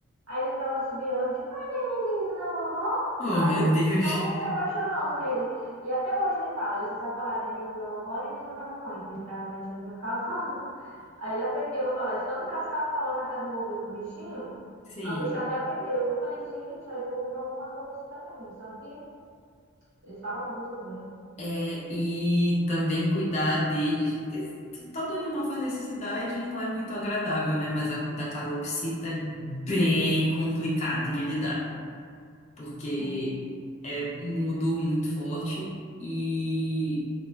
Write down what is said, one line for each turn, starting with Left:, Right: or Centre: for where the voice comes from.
Right: Aí ele tava subiando, tipo, Cadê o nenenzinho da vovó?
Left: Oh,
Right: Aí
Left: meu Deus.
Right: todo mundo se apaixonou <laughs> nele. E até hoje ele fala, ele só sabe falar nenenzinho da vovó, nenenzinho da mamãe, que minha- a minha tia do Lívia ficava. <laughs> Aí ele aprendeu a falar, de tanto que ela ficava falando na casa do ouvido do bichinho,
Left: Sim.
Right: aí o bichinho até aprendeu. Eu falei, gente, acho que eu vou comprar uma calopsita pra mim. Só que eles falam muito também.
Left: É, e também cuidar deles, porque todo animal faz necessidade e não é muito agradável, né? Mas a da calopsita é bem complicado de lidar, porque
Right: <laughs>
Left: é um odor muito forte e